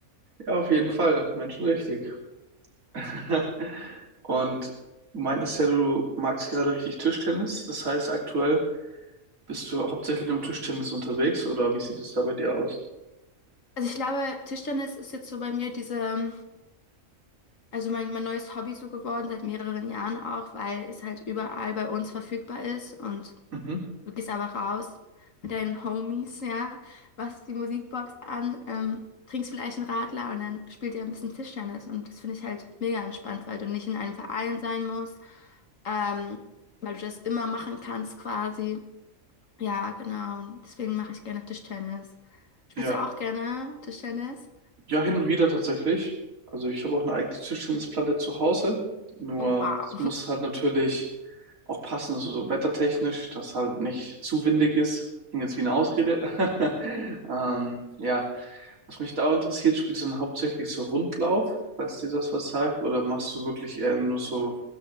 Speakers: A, on the right; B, on the left.
A: ja, auf jeden Fall, Menschen richtig. <laughs> Und du meintest ja, du magst gerade richtig Tischtennis. Das heißt, aktuell bist du hauptsächlich im Tischtennis unterwegs oder wie sieht es da bei dir aus?
B: Also ich glaube, Tischtennis ist jetzt so bei mir diese, also mein, mein neues Hobby so geworden, seit mehreren Jahren auch, weil es halt überall bei uns verfügbar ist und
A: Mhm.
B: du gehst einfach raus mit deinen Homies, ja, machst die Musikbox an, ähm, trinkst vielleicht einen Radler und dann spielt ihr ein bisschen Tischtennis und das finde ich halt mega entspannt, weil du nicht in einem Verein sein musst. ähm, weil du das immer machen kannst quasi. Ja, genau. Und Deswegen mache ich gerne Tischtennis. Spielst
A: Ja.
B: du auch gerne Tischtennis?
A: Ja, hin und wieder tatsächlich. Also ich habe auch eine eigene Tischtennisplatte zu Hause. Nur
B: Oh, wow.
A: es muss halt natürlich auch passen, so, so wettertechnisch, dass halt nicht zu windig ist. Klingt jetzt wie eine Ausrede. <laughs> Ähm, ja. Was mich da interessiert, spielst du dann hauptsächlich so Rundlauf, falls dir das was sagt, oder machst du wirklich eher nur so